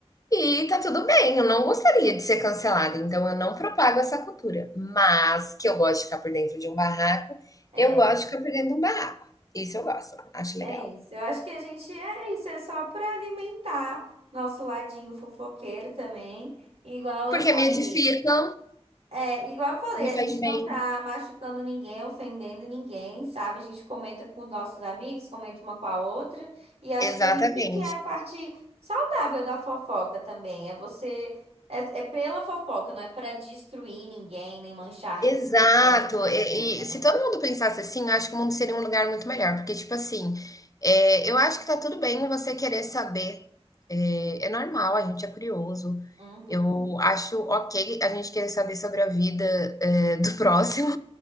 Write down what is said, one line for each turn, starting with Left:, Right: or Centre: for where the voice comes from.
Left: e tá tudo bem. Eu não gostaria de ser cancelada, então eu não propago essa cultura. Mas que eu gosto de ficar por dentro de um barraco,
Right: É,
Left: eu gosto de ficar por dentro de um barraco. Isso eu gosto, acho
Right: é
Left: legal.
Right: isso. Eu acho que a gente é isso, é só para alimentar nosso ladinho fofoqueiro também. Igual
Left: Porque
Right: eu falei.
Left: me edifica,
Right: É, igual eu falei,
Left: me
Right: a gente
Left: faz
Right: não
Left: bem.
Right: tá machucando ninguém, ofendendo ninguém, sabe? A gente comenta com os nossos amigos, comenta uma com a outra, e acho
Left: Exatamente.
Right: que é isso que é a parte saudável da fofoca também. É você é, é pela fofoca, não é para destruir ninguém, nem manchar a reputação
Left: Exato.
Right: de
Left: E,
Right: ninguém, né?
Left: e se todo mundo pensasse assim, eu acho que o mundo seria um lugar muito melhor. Porque, tipo assim, é, eu acho que tá tudo bem você querer saber. É, é normal, a gente é curioso.
Right: Uhum.
Left: Eu acho ok a gente querer saber sobre a vida, é, <laughs> do próximo.